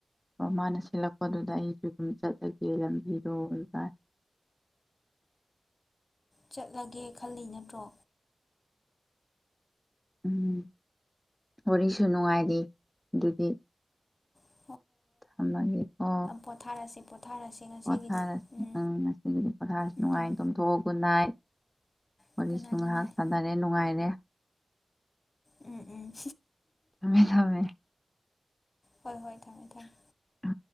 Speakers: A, in the centre; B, on the left.
A: ꯑꯣ ꯃꯥꯅ ꯁꯤꯠꯂꯛꯄꯗꯨꯗ ꯑꯩꯁꯨ ꯑꯗꯨꯝ ꯆꯠꯂꯒꯦ ꯂꯝꯕꯤꯗꯣ ꯥꯏ
B: ꯆꯠꯂꯒꯦ ꯈꯜꯂꯤ ꯅꯠꯇ꯭ꯔꯣ
A: ꯎꯝ ꯋꯥꯔꯤꯁꯨ ꯅꯨꯡꯉꯥꯏꯔꯤ ꯑꯗꯨꯗꯤ
B: ꯍ
A: ꯊꯝ ꯃꯥꯒꯦꯀꯣ
B: ꯄꯣꯊꯥꯔꯁꯦ ꯄꯣꯊꯥꯔꯁꯦ ꯉꯁꯤꯒꯤꯗꯤ
A: ꯄꯣꯊꯥꯔ
B: ꯎꯝ
A: ꯎ ꯉꯁꯤꯒꯤꯗꯤ ꯄꯣꯊꯥꯔꯁꯤ ꯅꯨꯡꯉꯥꯏ
B: ꯎꯝ ꯎꯝ
A: ꯇꯣꯝꯊꯣꯛꯑꯒꯟꯅꯥꯏ ꯋꯥꯔꯤꯁꯨ
B: ꯒꯨꯗ ꯅꯥꯏꯠ
A: ꯉꯥꯏꯍꯥꯛ
B: ꯒꯨꯗ ꯅꯥꯏꯠ
A: ꯁꯥꯟꯅꯔꯦ ꯅꯨꯡꯉꯥꯏꯔꯦ
B: ꯎꯝ ꯎꯝ
A: ꯊꯝꯃꯦ ꯊꯝꯃꯦ
B: ꯍꯣꯏ ꯍꯣꯏ ꯊꯝꯃꯦ ꯊꯝꯃꯦ
A: ꯑ